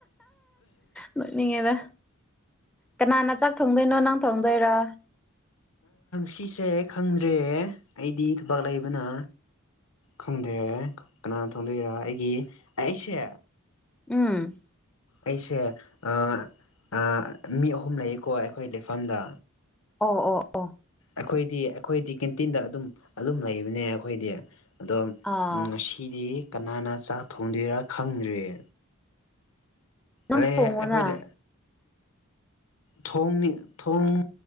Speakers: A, in the centre; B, on the left (about 65°).
A: ꯅꯠꯅꯤꯡꯉꯦꯗ ꯀꯅꯥꯅ ꯆ ꯊꯣꯡꯗꯣꯏꯅꯣ ꯅꯪ ꯊꯣꯡꯗꯣꯏꯔ
B: ꯁꯤꯁꯦ ꯈꯪꯗ꯭ꯔꯦ ꯑꯩꯗꯤ ꯊꯕꯛ ꯂꯩꯕꯅ ꯈꯪꯗꯦ ꯀꯅꯥꯅꯣ ꯈꯪꯗꯣꯏꯔ ꯑꯩꯒꯤ ꯑꯩ ꯑꯩꯁꯦ
A: ꯎꯝ
B: ꯑꯩꯁꯦ ꯑꯥ ꯑꯥ ꯃꯤ ꯑꯍꯨꯝ ꯂꯩꯀꯣ ꯑꯩꯈꯣꯏ ꯂꯩꯐꯝꯗ
A: ꯑꯣ ꯑꯣ ꯑꯣ
B: ꯑꯩꯈꯣꯏꯗꯤ ꯑꯩꯈꯣꯏꯗꯤ ꯀꯦꯟꯇꯤꯟꯗ ꯑꯗꯨꯝ ꯑꯗꯨꯝ ꯂꯩꯕꯅꯦ ꯑꯩꯈꯣꯏꯗꯤ ꯑꯗꯣ
A: ꯑꯥ
B: ꯉꯁꯤꯗꯤ ꯀꯅꯥꯅ ꯆꯥꯛ ꯊꯣꯡꯗꯣꯏꯔꯥ ꯈꯪꯗ꯭ꯔꯤꯌꯦ
A: ꯅꯪ
B: ꯑꯥ
A: ꯊꯣꯡꯉꯣꯅ
B: ꯑꯩꯈꯣꯏꯂ ꯊꯣꯡ ꯊꯣꯡ